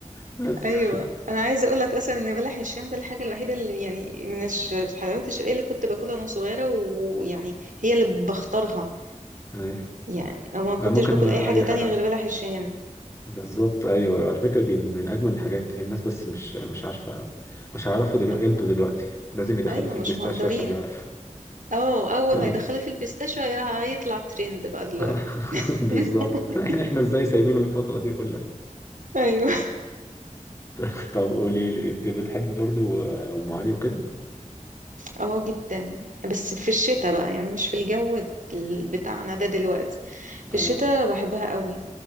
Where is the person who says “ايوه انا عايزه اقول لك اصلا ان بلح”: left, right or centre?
Right